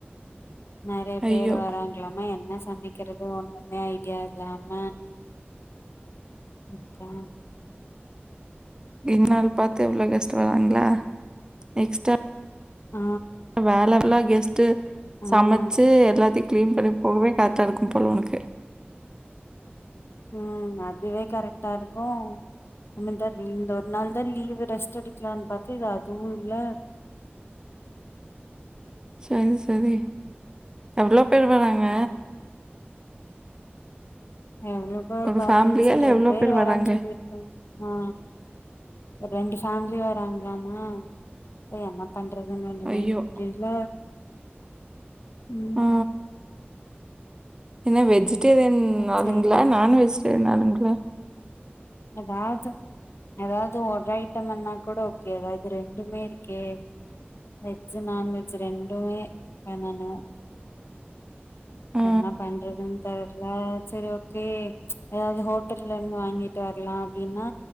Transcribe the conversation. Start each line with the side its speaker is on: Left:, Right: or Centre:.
Left: நறைய
Right: ஐயோ
Left: பேர் வரா ங்ளாம என்ன சமைக்கிறது ஒண்ணுமே ஐடியா இல்லாம இருக்கே
Right: இன்னாள் பாத்து இவ்ளோ கெஸ்ட்டு வராங்ளா எக்ஸ்ட்டா
Left: ஆ
Right: மேல ஃபுல்லா கெஸ்ட்டு சமச்சு
Left: ஆஹ்
Right: எல்லாத்தையு க்ளீன் பண்ணி போகவே கரெக்டாருக்கும்போல ஒனக்கு
Left: ம் அதுவே கரெக்டாருக்கு நம்மதா இந்த ஒர் நாள் தா லீவு ரெஸ்ட் எடுக்கலான் பாத்து இது அதுவு இல்ல
Right: சேரி செரி எவ்ளோ பேர் வராங்க
Left: உம் எவ்ளோ பேர்
Right: ஒரு
Left: பதினஞ்சு
Right: ஃபேமிலியா இல்லை
Left: இருவது
Right: எவ்வளோ
Left: பேர் வராங்ன்
Right: வராங்க
Left: சொல்லி ஆ ஒரு ரெண்டு ஃபேம்லியா வராங்ளாமா அதா என்ன பண்றதுன்னு ஒண்ணுமே
Right: ஐயோ
Left: புரில ம்
Right: ஆ என்ன வெஜிடேரியன்
Left: அதா
Right: ஆளுங்ளா
Left: சேரி
Right: நான் வெஜிடேரியன் ஆளுங்ளா
Left: எதாச்சு எதாவ்து ஒரு ஐட்டம்மன்னா கூட ஓகே அதாது ரெண்டுமேருக்கே வெஜ்ஜு நான்வெஜ் ரெண்டுமே பண்ணணு
Right: ஆ
Left: என்ன பண்றதுன் தெர்ல செரி ஓகே எதாவ்து ஹோட்டல்லருந்து வாங்கி ட்டு வர்லா அப்டினா